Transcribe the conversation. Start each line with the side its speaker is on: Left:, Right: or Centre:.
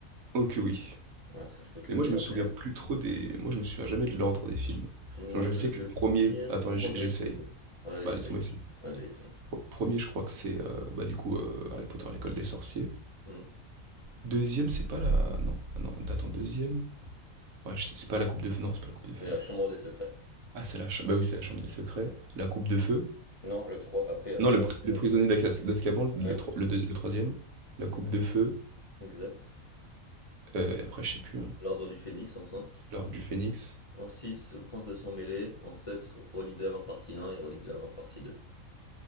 Right: Ok, oui.
Left: Ouais, ça je peux te
Right: Mais moi,
Left: le dire,
Right: je me souviens
Left: mais
Right: plus trop des. Moi, je me souviens jamais de l'ordre des films.
Left: moi
Right: Genre, je
Left: je peux
Right: sais
Left: te
Right: que
Left: le
Right: premier.
Left: dire.
Right: Attends, j-
Left: Premier,
Right: j'essaye.
Left: c'est... Ouais, vas-y,
Right: Bah,
Left: essaye.
Right: laisse-moi essayer.
Left: Vas-y, essaye.
Right: Pre 1 je crois que c'est, heu, bah, du coup, heu, Harry Potter à l'école des sorciers.
Left: Hmm.
Right: deuxième c'est pas la non, ah non, attends, 2e, ouais, je sais c'est pas la coupe de feu, non, c'est pas la
Left: C'est
Right: coupe de feu.
Left: la chambre des secrets.
Right: Ah, c'est la cha bah, oui, c'est la chambre des secrets, la coupe de feu.
Left: Non, le 3 après il y a le
Right: Non,
Left: 3
Right: le pri
Left: c'est...
Right: le prisonnier
Left: euh,
Right: d'Acas d'Azkaban, le
Left: Ouais,
Right: tro le deux le 3 la coupe
Left: exact.
Right: de feu,
Left: exact.
Right: heu et après, je sais plus, hein,
Left: L'ordre du phénix en cinq
Right: l'ordre du Phénix,
Left: En six le prince de sang mêlé. En sept relique de la mort partie un et Relique de la mort partie deux